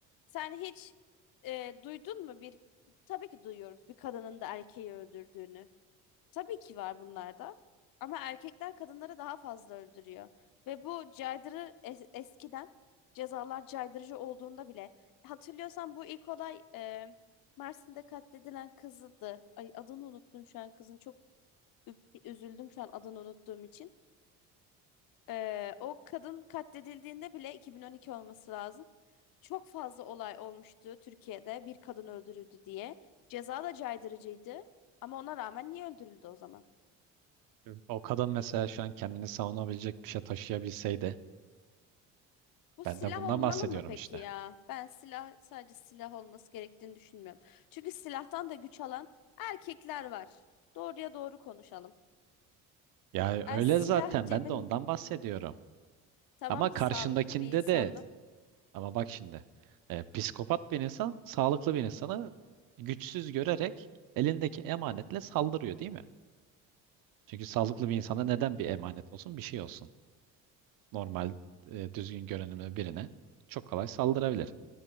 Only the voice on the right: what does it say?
Evet. O kadın mesela şu an kendini savunabilecek bir şey taşıyabilseydi.
Ben
de bundan
bahsediyorum
işte.
Yani öyle
zaten
ben de ondan bahsediyorum.
Ama karşındakinde
de ama bak şimdi e, psikopat bir insan sağlıklı bir insanı güçsüz görerek elindeki emanetle saldırıyor değil mi? Çünkü sağlıklı bir insana neden bir emanet olsun bir şey olsun. normal e, düzgün görünümlü birine çok kolay saldırabilir.